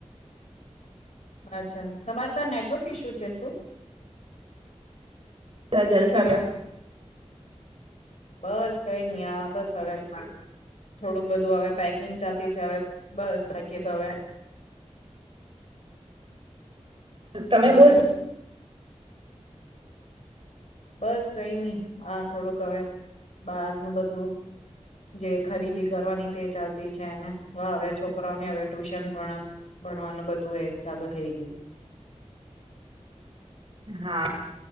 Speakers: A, on the left; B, on the right.
A: અચ્છા તમારે ત્યાં નેટવર્ક ઈશ્યુ છે શું.
B: બધા જલસા
A: હલો બસ કઈ નહ આ બસ હવે થોડુંક બધું હવે પેકિંગ ચાલતી છે હવે બસ બાકી તો હવે.
B: તમે
A: તમારે
B: બોલો.
A: બસ કઈ નહી આ થોડુંક હવે બાર ન બધું જે ખરીદી કરવાની તે ચાલતી છે અને હ હવે છોકરાઓને હવે ટ્યુશન ભણ ભણવાનું બધું એ ચાલુ થઈ ગયું.
B: હા